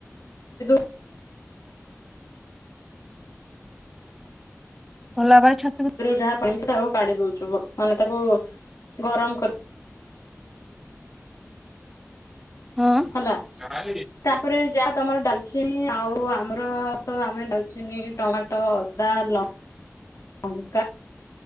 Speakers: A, on the left (about 80°); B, in the centre.
A: <unintelligible> <unintelligible>
B: ଭଲ ଭାବରେଛ
A: ଯାହା ପାଣିଛି ତାକୁ କାଢି ଦଉଛୁ ମାନେ ତାକୁ ଗରମ କରି
B: ଉଁ
A: ହେଲା
B: <unintelligible>
A: ତାପରେ ଯାହା ତମର ଡାଲଚୀନ ଆଉ ଆମର ତ ଆମେ ଡାଲଚିନ ଟମାଟୋ ଅଦା ଲଙ୍କା